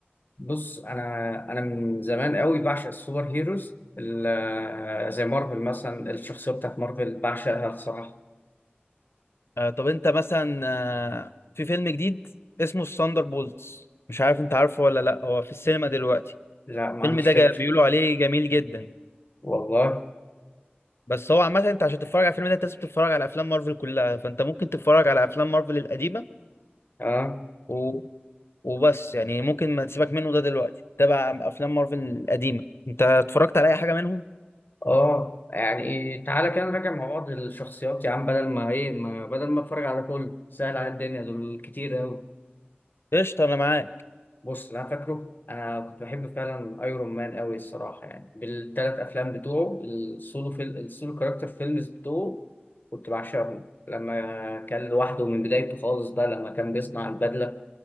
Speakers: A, on the left (about 50°); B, on the left (about 85°).
A: بص انا انا من زمان قوي بعشق السوبر هيروز ال- آه، زي مارفل مثلا الشخصيه بتاعت مارفل بعشقها الصراحه
B: آه طب انت مثلا آه في فيلم جديد اسمه الثاندر بولتس مش عارف انت عارفه ولا لا هو في السينما دلوقتي
A: لا ما
B: الفيلم
A: عنديش
B: ده
A: فكر
B: جا- بيقولوا عليه جميل جدا
A: والله
B: بس هو عامه انت عشان تتفرج على الفيلم ده انت لازم تتفرج على افلام مارفل كلها فانت ممكن تتفرج على افلام مارفل القديمه
A: اه
B: و... وبس يعني ممكن ما تسيبك منه ده دلوقتي تابع افلام مارفل القديمه انت اتفرجت على اي حاجه منهم
A: اه يعني تعالى كده نراجع مع بعض الشخصيات يا عم بدل ما ايه ما بدل ما اتفرج على كله سهل على الدنيا دول كتير قوي
B: قشطه انا معاك
A: بص اللي انا فاكره انا كنت بحب فعلا ايرون مان قوي الصراحه يعني بالثلاث افلام بتوعه السولو فيل... السولو كاركتر فيلمز بتوعه كنت بعشقهم لما كان لوحده من بدايته خالص بقى لما كان بيصنع البدله